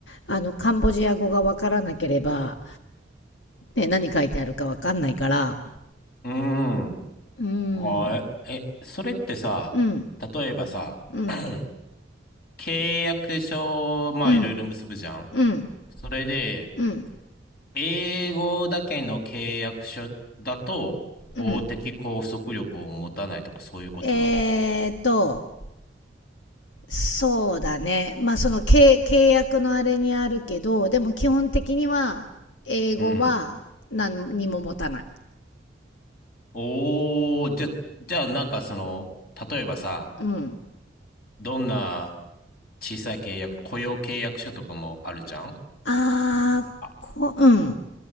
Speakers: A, on the left; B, on the left.
A: あの、カンボジア語がわからなければ、ね、何書いてあるかわかんないから、
B: うん。
A: うーん、
B: あー、え、えそれってさ、
A: うん、
B: 例えばさ、
A: うん、
B: <clears throat> 契約書、まあいろいろ結ぶじゃん。
A: うん、うん、
B: それで、
A: うん、
B: 英語だけの契約書だと、
A: うん。
B: 法的拘束力を持たないとかそういうことなの
A: えーっと、そうだね。まあその契契約のあれにあるけど、でも基本的には英語は何にも持たない。
B: うん。おー、じゃ、じゃあなんかその、例えばさ、
A: うん。
B: どんな小さい契約、雇用契約書とかもあるじゃん
A: あー、
B: あ、
A: こ、うん。